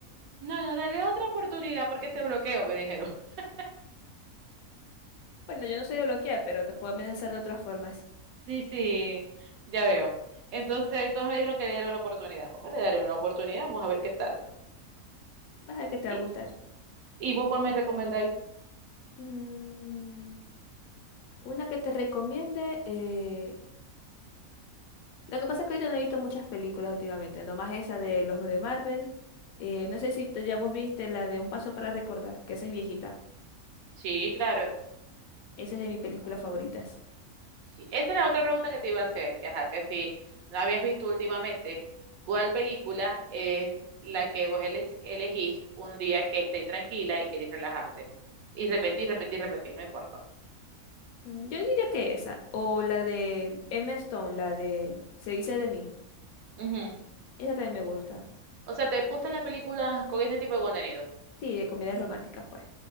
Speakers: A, on the right; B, on the left.
A: No, no, dale otra oportunidad porque te bloqueo, me dijeron. <laughs>
B: Bueno, yo no soy de bloquear, pero te puedo amenazar de otras formas.
A: Sí, sí, ya veo. Entonces, todos me dijeron que le diera una oportunidad. Bueno, le daré una oportunidad, vamos a ver qué tal.
B: Vas a ver que te
A: ¿Y,
B: va a gustar.
A: y vos cuál me recomendáis?
B: Mm, una que te recomiende. eh, Lo que pasa es que ahorita no he visto muchas películas últimamente, nomás esa de los de Marvel. Eh, no sé si tú ya vos viste la de Un Paso para Recordar, que esa es viejita.
A: Sí, claro.
B: Esa es de mis películas favoritas.
A: Sí. Esa es la otra pregunta que te iba a hacer, que ajá, que si no habías visto últimamente, ¿cuál película es la que vos eles- elegís un día que estés tranquila y querés relajarte? Y repetir, repetir, repetir, no importa.
B: Mm, Yo diría que esa, o la de Emma Stone, la de Se dice de mí.
A: Ujú.
B: Esa también me gusta.
A: O sea, ¿te gustan las películas con ese tipo de contenido?
B: Sí, de comedias románticas, pues.